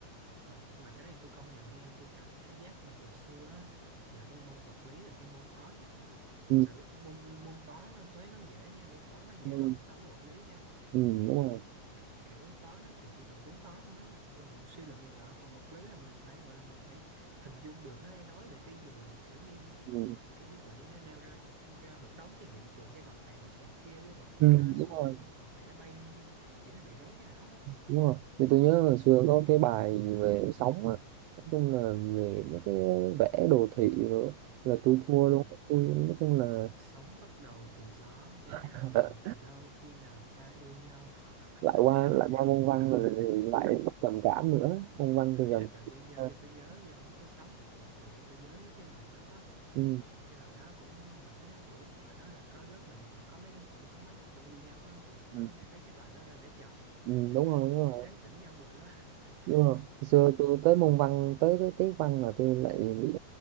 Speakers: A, on the right (about 50°); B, on the right (about 85°).
A: mà mà cái này tôi công nhận nha tôi cảm thấy giác là hồi xưa á, là cái môn vật lý là cái môn khó nhất á thật
B: ừ.
A: sự môn môn toán nó- toán nó dễ nha môn toán nó dễ
B: Ừ.
A: hơn so với vật lý nha
B: Ừ,
A: kiểu
B: đúng rồi
A: kiểu toán ấy, mình chỉ cần tính toán thôi á, rồi suy luận này nọ còn vật lý là mình phải gọi là mình phải hình dung được nó đang nói về cái gì kiểu như
B: ừ.
A: kiểu như tự nhiên nó nêu ra ra một đống cái hiện tượng cái vật này đụng vật kia cái vật kia
B: Ừ.
A: rơi xuống
B: đúng rồi
A: bao nhiêu vật này nó bay lên bao nhiêu kiểu nó bị rối cái não á
B: đúng rồi như tôi nhớ hồi xưa có cái bài gì về sóng á nói chung là về mấy cái vẽ đồ thị nữa là tôi thua
A: ừ.
B: luôn tôi nói chung là
A: Sống bắt đầu từ gió, gió bắt
B: <laughs>
A: đầu từ đâu khi nào ta yêu nhau <laughs>
B: lại qua lại
A: thì
B: qua môn văn rồi thì lại trầm cảm nữa môn văn thì
A: ý
B: gần
A: là tự nhiên do,
B: à,
A: do tôi nhớ do ông nhất tới sống tự, tự, tự nhiên tôi nhớ tới cái bài đó
B: ừ,
A: Thật cái thời đó cũng nổi á, kiểu thời đó là có lớp mình cũng có mấy cũng có mấy cặp đôi yêu nhau á thì tụi
B: Ừ.
A: nó hay lấy cái bài đó ra để chọc
B: ừ, đúng
A: <laughs>
B: rồi đúng
A: để,
B: rồi
A: để tán tỉnh nhau đồ đó <laughs>
B: nhưng mà hồi xưa
A: bà đó
B: tôi tới môn văn tới cái tiết văn là tôi lại bị